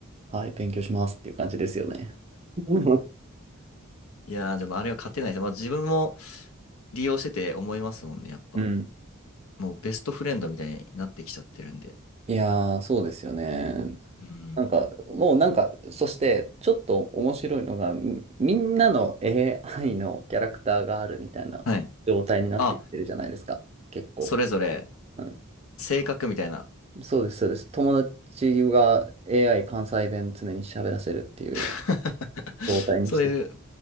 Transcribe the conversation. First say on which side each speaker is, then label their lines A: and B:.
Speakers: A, on the right; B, on the left.
A: はい、勉強しますっていう感じですよね。<laughs>
B: いやー、でもあれは勝てないです。まあ自分も利用してて思いますもんね、やっぱ。
A: うん。
B: もうベストフレンドみたいになってきちゃってるんで。
A: いやー、そうですよね。
B: うん。
A: なんか、もうなんか、そして、ちょっと面白いのが、みみんなの AI のキャラクターがあるみたいな状態になってきてるじゃないですか、
B: はい。あ、
A: 結構。
B: それぞれ
A: う
B: 性格みたいな。
A: ん、そうです、そうです。友達が AI 関西弁常に喋らせるっていう
B: <laughs>
A: 状態にして。
B: そういう指